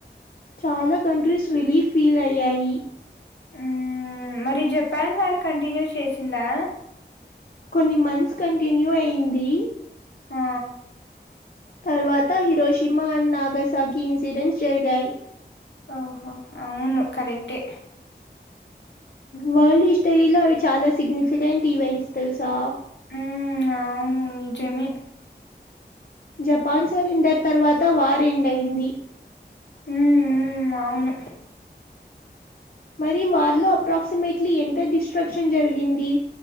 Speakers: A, on the left (about 55°); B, on the left (about 80°).
A: చాలా కంట్రీస్ రిలీఫ్ ఫీల్ అయ్యాయి
B: ఉ మరి జపాన్ వారు కంటిన్యూ చేసిందా
A: కొన్ని మంత్స్ కంటిన్యూ అయ్యంది
B: ఆ
A: తర్వాత హీరోషిమా అండ్ నాగసాగి ఇన్సిడెంట్స్ జరిగాయి
B: ఓహో అవును కరెక్టే
A: వరల్డ్ హిస్టరీలో అవి చాలా సిగ్నిఫికెంట్ ఈవెంట్స్ తెలుసా
B: హ అవును నిజమే
A: జపాన్ సరెండర్ తర్వాత వార్ ఎంండయింది
B: ఉ అవును
A: మరి వాళ్ళ అప్రాక్సిమేట్లీ ఎంత డిస్ట్రాక్షన్ జరిగింది